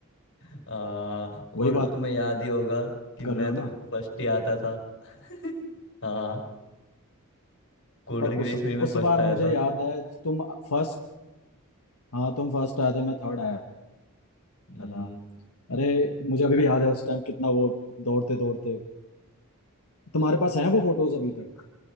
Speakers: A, on the left; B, on the left.
A: <laughs> आ, और
B: वही बात
A: तुम्हें याद ही होगा कि मैं
B: कर रहे हो
A: तो
B: ना
A: फर्स्ट ही आता था <laughs> हाँ कोल्ड
B: पर
A: ड्रिंक रेस
B: उस
A: में ही मैं
B: उस
A: फर्स्ट
B: बार
A: आया
B: मुझे
A: था
B: याद है तुम फर्स्ट हाँ तुम फर्स्ट आए थे मैं थर्ड आया
A: हम्म,
B: था अरे
A: <laughs>
B: मुझे अभी भी याद है उस टाइम कितना वो दौड़ते दौड़ते तुम्हारे पास हैं वो फोटोज अभी तक